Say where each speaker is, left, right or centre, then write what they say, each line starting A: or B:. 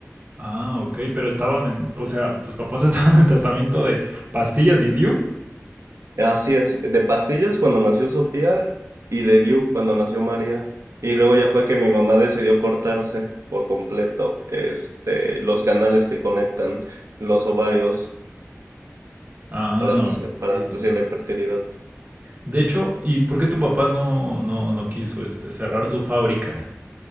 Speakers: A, on the right; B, on the right.
A: Ah, ok, pero estaban en, o sea, tus papás <laughs> estaban en tratamiento de pastillas y DIU.
B: Así es, de pastillas cuando nació Sofía y de DIU cuando nació María. Y luego ya fue que mi mamá decidió cortarse por completo, este, los canales que conectan los ovarios.
A: Ah,
B: para,
A: ok.
B: para
A: sí.
B: producir la infertilidad.
A: De hecho, ¿y por qué tu papá no, no, no quiso este, cerrar su fábrica?